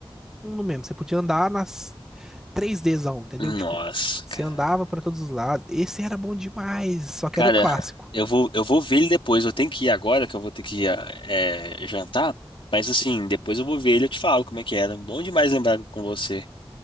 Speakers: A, in the centre; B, on the left (about 70°).
A: mundo mesmo. Você podia andar nas 3Dzão, entendeu?
B: Nossa,
A: Tipo, você
B: cara.
A: andava pra todos os lados. Esse era bom demais, só que
B: Cara,
A: era o clássico.
B: eu vou, eu vou ver ele depois. Eu tenho que ir agora, que eu vou ter que ir eh, jantar. Mas assim, depois eu vou ver ele e eu te falo como é que era. Bom demais lembrar com você.